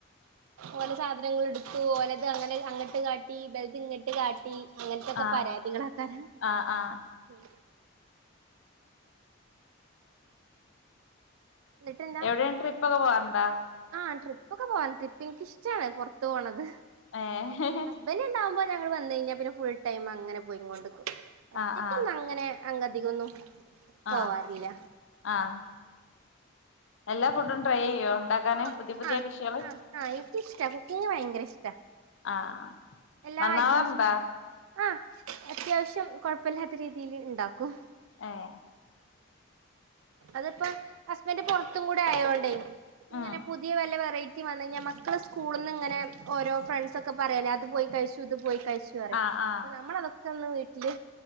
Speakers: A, on the right; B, on the left.
A: ഓലെ സാധനങ്ങളെടുത്തു ഓല് അങ്ങനെ അങ്ങട്ട് കാട്ടി ഇബലത് ഇങ്ങട്ട് കാട്ടി അങ്ങനത്തൊക്കെ
B: ആഹ്
A: പരാതികള് ആക്കാരം
B: ആഹ് ആഹ്
A: ഉം എന്നിട്ടെന്താ
B: എവിടേം ട്രിപ്പ് ഒക്കെ പോവാറുണ്ടാ
A: ആഹ് ട്രിപ്പൊക്കെ പോവല്ണ്ട് ട്രിപ്പ് എനിക്കിഷ്ട്ടാണ് പൊറത്തു പോണത്
B: ഏഹ്
A: ഹസ് ബൻ്റ് ഇണ്ടാകുമ്പോ ഞങ്ങള് വന്ന് കഴിഞ്ഞാ പിന്നെ ഫുൾ ടൈം അങ്ങനെ പോയിങ്ങോണ്ട്ക്കും ഒറ്റയ്ക്കൊന്നും
B: ആഹ് ആഹ്
A: അങ്ങനെ അങ്ങ് അധികൊന്നും
B: ആഹ്
A: പോവാറില്ല
B: ആഹ് എല്ലാ ഫുഡും ട്രൈ ചെയ്യുവോ? ഇണ്ടാക്കാന്
A: ആഹ്
B: പുതിയ പുതിയ
A: ആഹ്
B: ഡിഷ്കള്
A: ആഹ് ആഹ് എനിക്കിഷ്ടാ കുക്കിംഗ് ഭയങ്കര ഇഷ്ടാ
B: ആഹ്
A: എല്ലാ
B: നന്നാവാറുണ്ടാ
A: ഐറ്റംസും ആഹ് അത്യാവശ്യം കൊഴപ്പല്ലാത്ത രീതിയില് ഇണ്ടാക്കും
B: ഏഹ്
A: അതിപ്പം ഹസ്ബൻ്റ് പൊറത്തും കൂടെ ആയോണ്ടേ ഇങ്ങനെ
B: ഉം
A: പുതിയ വല്ല വെറൈറ്റി റ്റി വന്ന് കഴിഞ്ഞാ മക്കള് സ്കൂളിന്ന് ഇങ്ങനെ ഓരോ ഫ്രണ്ട്സ് ഒക്കെ പറയല്ലേ അത് പോയി കഴിച്ചു ഇത് പോയി കഴി ച്ചു പറയും
B: ആഹ് ആഹ്
A: അപ്പൊ നമ്മളതൊക്കെ ഒന്ന് വീട്ടില്